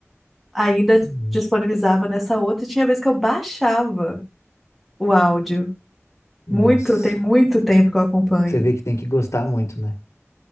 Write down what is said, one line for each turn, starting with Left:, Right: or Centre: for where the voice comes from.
Centre: ainda
Left: Hum,
Centre: disponibilizava nessa outra, e tinha vez que eu baixava o áudio.
Left: Nossa,
Centre: Muito, tem muito tempo que eu acompanho.
Left: você vê que tem que gostar muito, né?